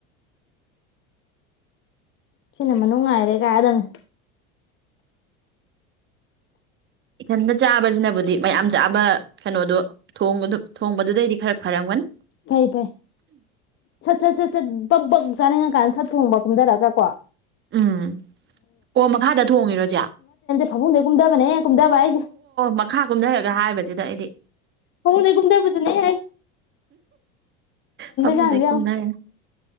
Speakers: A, on the left (about 45°); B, on the right (about 40°).
A: ꯁꯤꯅ ꯃꯅꯨꯡ ꯉꯥꯏꯔꯦ ꯀꯥꯏꯗꯡꯅꯦ
B: ꯏꯊꯟꯗ ꯆꯥꯕꯁꯤꯅꯕꯨꯗꯤ ꯃꯌꯥꯝ ꯆꯥꯕ ꯀꯩꯅꯣꯗꯨ ꯊꯣꯡꯕꯗꯨꯗꯩꯗꯤ ꯈꯔ ꯐꯔꯝꯒꯅꯤ
A: ꯐꯥꯏ ꯐꯥꯏ ꯁꯇ ꯁꯇ ꯁꯇ ꯆꯥꯠ ꯕ ꯕꯛ ꯆꯥꯅꯤꯡꯉꯀꯥꯟꯗ ꯁꯠ ꯊꯣꯡꯕ ꯈꯨꯝꯊꯔꯒ ꯀꯣ
B: ꯎꯝ ꯑꯣ ꯃꯈꯥꯗ ꯊꯣꯡꯉꯤꯔꯣꯁꯦ ꯏꯆꯦ
A: ꯐꯥꯃꯨꯡꯗꯩꯩ ꯀꯨꯝꯗꯕꯅꯦ ꯍꯦ ꯀꯨꯝꯗꯕꯍꯥꯖꯦ
B: ꯃꯈꯥ ꯀꯨꯝꯊꯔꯒ ꯍꯥꯏꯕꯁꯤꯗ ꯑꯩꯗꯤ
A: ꯐꯥꯃꯨꯜꯡꯗꯩꯩ ꯀꯨꯝꯗꯥꯕꯗꯨ ꯅꯦ ꯍꯥꯏ
B: ꯐꯥꯃꯨꯡ
A: ꯆꯥꯡꯗꯣ
B: ꯗꯩꯩ
A: ꯌꯦꯡꯉꯣ
B: ꯀꯨꯝꯗꯥꯔꯦ